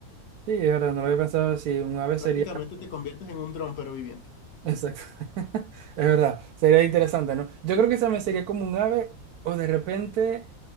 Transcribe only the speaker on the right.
sí, es verdad, no lo había pensado si un ave sería...
Exacto. <laughs> Es verdad, sería interesante, ¿no? Yo creo que esa me sería como un ave o de repente...